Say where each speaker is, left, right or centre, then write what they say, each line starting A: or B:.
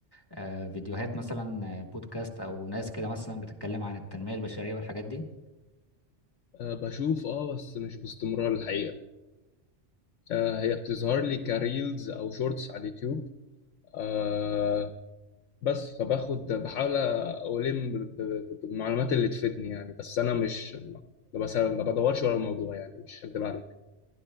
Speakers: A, on the left (about 20°); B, on the left (about 85°).
A: آه، فيديوهات مثلا آه، بودكاست أو ناس كده مثلا بتتكلم عن التنمية البشرية والحاجات دي
B: آه، بشوف اه بس مش باستمرار الحقيقة آه، هي بتظهر لي كريلز او شورتس على اليوتيوب آه، بس فباخد بحاول الم ب- ب- بالمعلومات اللي تفيدني يعني بس انا مش ما بس- ما بدورش ورا الموضوع يعني مش هكدب عليك